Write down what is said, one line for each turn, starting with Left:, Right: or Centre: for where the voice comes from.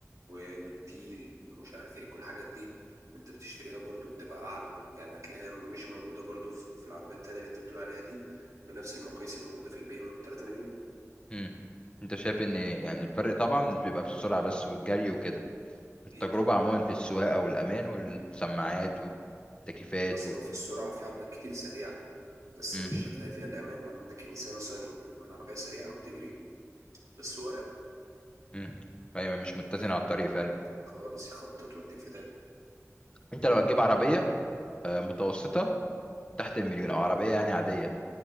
Right: و- والتيل ومش عارف ايه كل الحاجات دي انت بتشتريها برضو بتبقى اعلى يعني هتلاقيها مش موجوده برضو في في العربيه التانيه اللي انت بتقول عليها دي بنفس المقاييس اللي موجوده في البي ام ب 3 مليون
Left: امم انت شايف ان يعني الفرق طبعا مش بيبقى في السرعه بس والجري وكده التجربه
Right: اكيد طبعا
Left: عموما في السواقه والامان والسماعات والتكييفات
Right: اصل
Left: و...
Right: لو في السرعه في عربيات كتير سريعه بس
Left: مم.
Right: مش هتلاقي فيها الامان ما عندك النيسان صني عربيه سريعه وبتجري بس ورقه
Left: مم. فهي مش متزنة
Right: يعني
Left: على الطريق فعلا
Right: خالص يخبطط وتوديك في ده
Left: انت لو هتجيب عربية آه، متوسطة تحت المليون او عربية يعني عادية